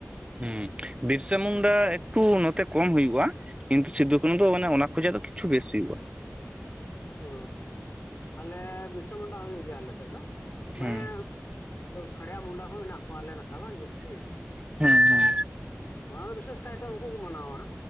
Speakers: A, on the right; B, on the left.
A: ᱦᱩᱸ ᱵᱤᱨᱥᱟ ᱢᱩᱱᱰᱟ ᱮᱠᱴᱩ ᱱᱚᱛᱮ ᱠᱚᱢ ᱦᱩᱭᱩᱜᱼᱟ᱾ ᱠᱤᱱᱛᱩ ᱥᱤᱫᱫᱩ ᱠᱟᱹᱱᱦᱩ ᱫᱚ ᱢᱟᱱᱮ ᱚᱱᱟ ᱠᱷᱚᱡᱟᱜ ᱫᱚ ᱠᱤᱪᱷᱩ ᱵᱮᱥ ᱦᱩᱭᱩᱜᱼᱟ᱾
B: ᱚ ᱟᱞᱮ ᱵᱤᱨᱥᱟᱹ ᱢᱩᱱᱰᱟ ᱦᱩᱭᱩᱜ ᱜᱮᱭᱟ ᱟᱞᱮ ᱥᱮᱫ ᱫᱚ
A: ᱦᱩᱸ
B: ᱢᱟᱱᱮ ᱠᱷᱟᱲᱭᱟ ᱢᱩᱱᱰᱟ ᱦᱚᱸ ᱢᱮᱱᱟᱜ ᱠᱚᱣᱟ ᱟᱞᱮ ᱱᱟᱠᱷᱟ ᱵᱟᱝ ᱡᱟᱹᱥᱛᱤ
A: ᱦᱮᱸ ᱦᱮᱸ
B: ᱚᱱᱟ ᱫᱚ ᱵᱤᱥᱮᱥ ᱠᱟᱭ ᱛᱮ ᱩᱱᱠᱩ ᱠᱚ ᱢᱟᱱᱟᱣᱟ